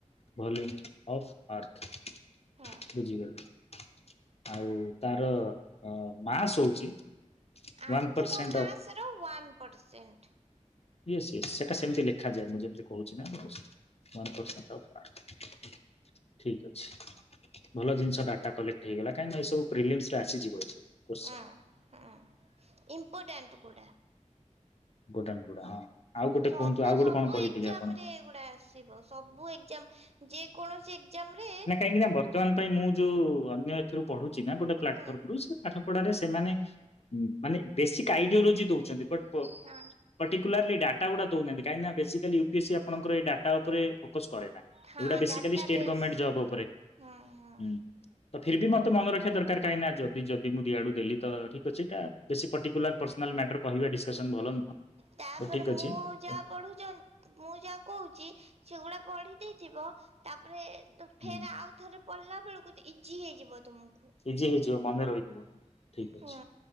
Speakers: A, on the left (about 55°); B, on the right (about 55°).
A: volume of earth.
B: ହଁ।
A: ବୁଝିଗଲି ଆଉ ତାର ଅ ମାସ୍ ହଉଛି।
B: ଆର୍ଥ
A: ୱାନ ପରସେଣ୍ଟ
B: ର ମାସ୍
A: ଅଫ୍
B: ର ୱାନ୍ ପରସେଣ୍ଟ୍।
A: ୟେସ୍ ୟେସ୍ ସେଟା ସେମତି ଲେଖାଯାଏ ମୁଁ ଯେମିତି କହୁଛି ନା ଆପଣଙ୍କୁ ୱାନ୍ ପରସେଣ୍ଟ୍ ଅଫ୍ ଆର୍ଥ। ଠିକ୍ ଅଛି। ଭଲ ଜିନିଷ ଡାଟା କଲେକ୍ଟ୍ ହେଇଗଲା କାଇନା ଏଇ ସବୁ ପ୍ରିଲିମସ୍ ରେ ଆସିଯିବ ଏ ସବୁ। କୋଶ୍ଚିନ୍
B: ହଁ ହଁ। ଇମ୍ପୋର୍ଟାଣ୍ଟ ଗୁଡ଼ା।
A: ଭୁଟାନ। କୋଉଟା ହଁ। ଆଉ ଗୋଟେ
B: ସବୁ
A: କୁହନ୍ତୁ ଆଉ ଗୋଟେ
B: ସବୁ
A: କଣ କହିଥିଲେ
B: ଏକ୍ଜାମ
A: ଆପଣ?
B: ରେ ଏଇଗୁଡା ଆସିବ ସବୁ ଏକ୍ଜାମ। ଯେକୌଣସି ଏକ୍ଜାମ ରେ।
A: ନା କାହିଁକି ନା ବର୍ତ୍ତମାନ ପାଇଁ ମୁଁ ଯୋଉ ଅନ୍ୟ ଏଥିରୁ ପଢୁଛି ନା ଗୋଟେ ପ୍ଲାଟଫର୍ମ
B: ହୁଁ
A: ରୁ ସେ ପାଠପଢାରେ ସେମାନେ। ମାନେ ବେସିକ୍ ଆଇଡିଓଲୋଜି ଦଉଛନ୍ତି ବଟ୍ ପ,
B: ଆଚ୍ଛା।
A: ପଟିକୁଲାର୍ଲି ଡାଟ ଗୁଡା ଦଉନାହାନ୍ତି କାହିଁକି ନା ବେସିକାଲି ୟୁପିଏସି ଆପଣଙ୍କର ଏ ଡା ଉପରେ। ଫୋକସ୍ କରେନା
B: ହଁ
A: ଏଇଗୁଡା ବେଶିକାଲି
B: data
A: state
B: base
A: government job ଉପରେ
B: ହଁ ହଁ
A: ହୁଁ। ତ ଫିର୍ ବି ମତେ ମନ ରଖିବା ଦରକାର କାହିଁକିନା ଯଦି ଯଦି ମୁଁ ଦିଆଡୁ ଦେଲି ତ ଠିକ୍ ଅଛି ଏଇଟା ବେଶି ପର୍ଟିକୁଲାର୍ ପର୍ସନାଲ୍ ମ୍ୟାଟର୍। କହିବା ଡିସକସନ୍ ଭଲ‌ ନୁହଁ।
B: ତାପରେ
A: ତ ଠିକ
B: ମୁଁ,
A: ଅଛି
B: ଯାହା
A: ତ
B: ପଢୁଚନ୍ ମୁଁ ଯାହା କହୁଛି ସେଗୁଡ଼ା ପଢ଼ି ଦେଇଥିବ ତାପରେ, ତ
A: ହୁଁ
B: ଫେର୍ ଆଉ ଥରେ ପଡ଼ିଲା ବେଳକୁ ତ ଇଜି ହେଇଯିବ ତୁମକୁ।
A: ଇଜି ହେଇଯିବ ମନେ ରହିଯିବ ହଁ ଠିକ୍
B: ହୁଁ
A: ଅଛି